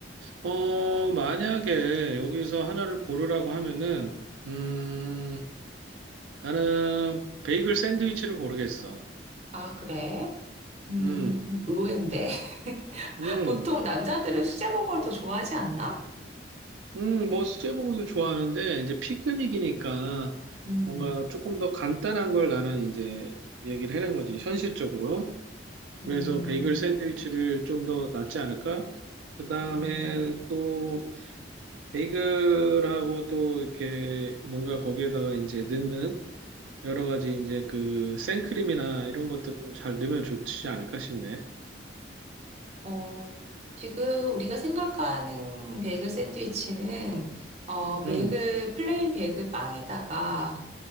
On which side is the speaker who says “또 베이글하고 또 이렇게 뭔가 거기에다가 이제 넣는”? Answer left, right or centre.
Right